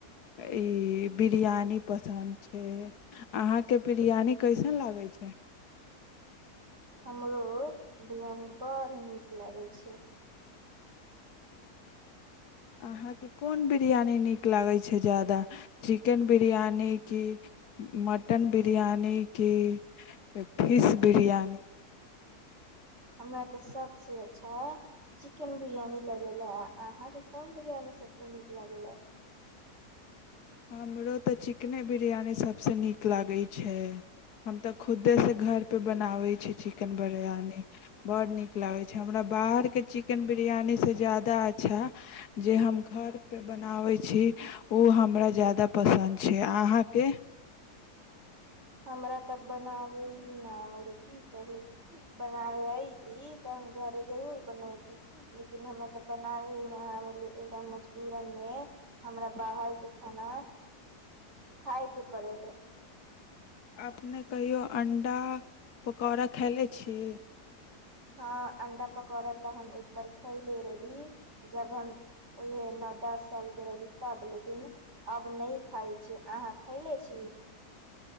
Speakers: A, on the left; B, on the right.
A: ई बिरयानी पसन्द छै अहाँके बिरयानी कैसन लागै छै
B: हमरो बिरयानी बड़ नीक लगै छै
A: अहाँके कोन बिरियानी नीक लागै छै ज्यादा चिकेन बिरियानी कि मटन बिरियानी कि फिश बिरियानी
B: हमरा तऽ सभसँ अच्छा चिकेन बिरियानी लगैए अहाँकेँ कोन बिरियानी सभसँ नीक लगैए
A: हमरो तऽ चिकेने बिरयानी सभसँ नीक लागैत छै हम तऽ खुदेसँ घरपे बनाबैत छी चिकेन बिरयानी बड़ नीक लागैत छै हमरा बाहरके चिकेन बिरियानीसँ ज्यादा अच्छा जे हम घरपे बनाबैत छी ओ हमरा ज्यादा पसंद छै अहाँके
B: हमरा तऽ बनाबे ही न आबले की कहू बनाबे यति तऽ हम घरे जरूर बनती लेकिन हमरा तऽ बनाबे ही न आबले ए मजबूरन मे हमरा बाहरके खाना खायके बड़ल
A: अपने कहियो अण्डा पकौड़ा खयलने छी
B: हँ अंडा पकौड़ा तऽ हम एकबार खैले रहली जब हम उहे नओ दस साल के रहली तब लेकिन अब नहि खाइ छी अहाँ खैले छी